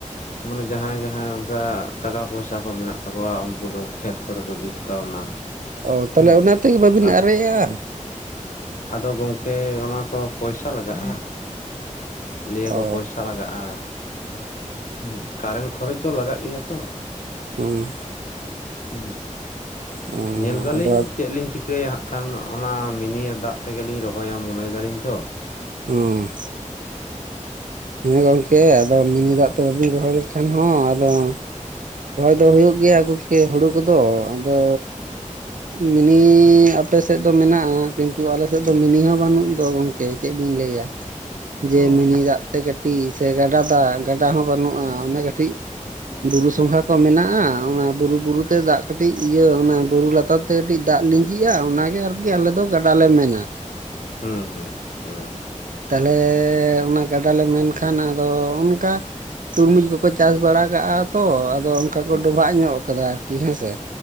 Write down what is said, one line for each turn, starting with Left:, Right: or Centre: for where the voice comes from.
Left: ᱢᱟᱱᱮ ᱡᱟᱦᱟᱸᱭ ᱡᱟᱦᱟᱸᱭ ᱚᱱᱠᱟ ᱴᱟᱠᱟ ᱯᱚᱭᱥᱟ ᱠᱚ ᱢᱮᱱᱟᱜ ᱛᱟᱠᱚᱣᱟ ᱩᱱᱠᱩ ᱫᱚ ᱠᱷᱮᱛ ᱠᱚᱨᱮ ᱠᱚ ᱡᱩᱛ ᱠᱟᱣᱱᱟ᱾
Right: ᱚ ᱛᱟᱦᱚᱞᱮ
Left: ᱦᱮᱸ
Right: ᱚᱱᱟ ᱛᱮᱜᱮ ᱵᱟᱹᱵᱤᱱ
Left: ᱟᱫᱚ
Right: ᱟᱨᱮᱡᱟᱜ-ᱟ᱾
Left: ᱟᱫᱚ ᱜᱚᱝᱠᱮ ᱚᱱᱟ ᱛᱚ ᱯᱚᱭᱥᱟ ᱞᱟᱜᱟᱜ-ᱟᱺ ᱞᱟᱹᱭᱟᱠᱚ
Right: ᱚ
Left: ᱯᱚᱭᱥᱟ ᱞᱟᱜᱟᱜ-ᱟ᱾ ᱦᱩᱸ᱾ ᱠᱟᱨᱮᱱᱴ ᱠᱷᱚᱨᱚᱪ ᱫᱚ ᱞᱟᱜᱟᱜ ᱜᱮᱭᱟ ᱛᱚ᱾
Right: ᱦᱩᱸ᱾
Left: ᱦᱩᱸ᱾
Right: ᱚ
Left: ᱧᱮᱞ ᱫᱟᱞᱤᱧ
Right: ᱟᱫᱚ
Left: ᱪᱮᱫ ᱞᱤᱧ ᱪᱤᱠᱟᱹᱭᱟ ᱦᱟᱸᱜ᱾ ᱠᱟᱱ ᱚᱱᱟ ᱢᱤᱱᱤᱭᱮ ᱫᱟᱜ ᱛᱮᱜᱮ ᱞᱤᱧ ᱨᱚᱦᱚᱭᱟ ᱢᱚᱱᱮᱭ ᱫᱟᱞᱤᱧ ᱛᱚ᱾
Right: ᱩᱸ᱾ ᱦᱮᱸ ᱜᱚᱝᱠᱮ ᱟᱫᱚ ᱢᱤᱱᱤ ᱫᱟᱜ ᱛᱮ ᱵᱟᱵᱤᱱ ᱨᱚᱦᱚᱭ ᱞᱮᱠᱷᱟᱱ ᱦᱚᱸ ᱟᱫᱚ ᱨᱚᱦᱚᱭ ᱫᱚ ᱦᱩᱭᱩᱜ ᱜᱮᱭᱟ ᱟᱜᱩ ᱠᱮ ᱦᱩᱲᱩ ᱠᱚᱫᱚ ᱟᱫᱚ ᱢᱤᱱᱤ ᱟᱯᱮᱥᱮᱫ ᱫᱚ ᱢᱮᱱᱟᱜ-ᱟ᱾ ᱠᱤᱱᱛᱩ ᱟᱞᱮ ᱥᱮᱫ
Left: ᱦᱩᱸ
Right: ᱫᱚ ᱢᱤᱱᱤ ᱦᱚᱸ ᱵᱟᱹᱱᱩᱜ ᱫᱚ ᱜᱚᱝᱠᱮ ᱪᱮᱫ ᱵᱤᱱ ᱞᱟᱹᱭᱟ ᱡᱮ
Left: ᱚ
Right: ᱢᱤᱱᱤ ᱫᱟᱜ ᱛᱮ ᱠᱟᱹᱴᱤᱡ ᱥᱮ ᱜᱟᱰᱟ ᱫᱟᱜ᱾ ᱜᱟᱰᱟ ᱦᱚᱸ ᱵᱟᱹᱱᱩᱜ-ᱟ ᱚᱱᱮ ᱠᱟᱹᱴᱤᱡ
Left: ᱦᱩᱸ
Right: ᱵᱩᱨᱩ
Left: ᱦᱩᱸ
Right: ᱥᱚᱝᱜᱷᱟ ᱠᱚ ᱢᱮᱱᱟᱜ-ᱟ ᱚᱱᱟ ᱵᱩᱨᱩ ᱵᱩᱨᱩ ᱛᱮ ᱫᱟᱜ ᱠᱟᱹᱴᱤᱡ ᱤᱭᱟᱹ ᱚᱱᱟ ᱵᱩᱨᱩ ᱞᱟᱛᱟᱨ ᱛᱮ ᱠᱟᱹᱴᱤᱡ ᱫᱟᱜ ᱞᱤᱸᱡᱤᱜ-ᱟ᱾ ᱚᱱᱟ ᱜᱮ ᱜᱮ ᱟᱨᱠᱤ ᱟᱞᱮᱫᱚ ᱜᱟᱰᱟ ᱞᱮ ᱢᱮᱱᱟ᱾
Left: ᱦᱩᱸ ᱦᱩᱸ ᱦᱩᱸ᱾
Right: ᱛᱟᱦᱞᱮ ᱚᱱᱟ ᱜᱟᱰᱟ ᱞᱮ ᱢᱮᱱᱠᱷᱟᱱ ᱟᱫᱚ ᱚᱱᱠᱟ ᱛᱩᱨᱢᱩᱡᱽ ᱠᱚᱠᱚ ᱪᱟᱥ ᱵᱟᱲᱟ ᱠᱟᱜ-ᱟ ᱛᱚ ᱟᱫ ᱟᱫᱚ ᱚᱱᱠᱟ ᱠᱚ
Left: ᱦᱩᱸ
Right: ᱰᱚᱵᱷᱟᱜ ᱧᱚᱜ ᱠᱟᱫᱟ ᱟᱨᱠᱤ ᱦᱮᱸᱥᱮ᱾